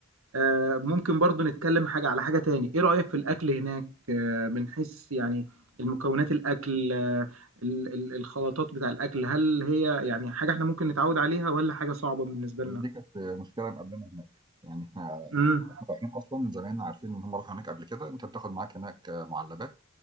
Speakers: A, on the right; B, on the right.
A: آه، ممكن برضو نتكلم حاجة على حاجة تاني ايه رأيك في الأكل هناك آه، من حيث يعني المكونات الأكل آه، ال- ال- الخلطات بتاع الأكل هل هي يعني حاجة احنا ممكن نتعود عليها ولا حاجة صعبة بالنسبة
B: هي
A: لنا
B: دي كانت آه، مشكلة مقابلانا هناك. يعني إحنا
A: امم
B: إحنا رايحين أصلًا زمايلنا عارفين إن هم راحوا هناك قبل كده، أنت بتاخد معاك هناك آه، مُعلّبات